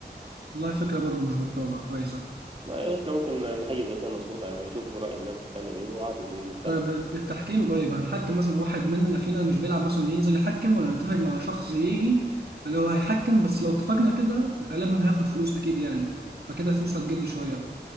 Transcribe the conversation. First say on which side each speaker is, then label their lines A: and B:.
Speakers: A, on the right; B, on the right.
A: والله فكرة برضه مش بطالة كويسة
B: ما احنا ممكن يعني حاجه زي كده نظبطها يعني نشوف راي الناس التانيه دي وعادي دي, دي سهل
A: طيب التحكيم طيب هنحكم مثلا واحد مننا فينا مش بيلعب مثلا ينزل يحكم ولا نتفق مع شخص يجي اللي هو هيحكم بس لو اتفقنا كده غالبا هياخد فلوس أكيد يعني فكده الفلوس هتقل شوية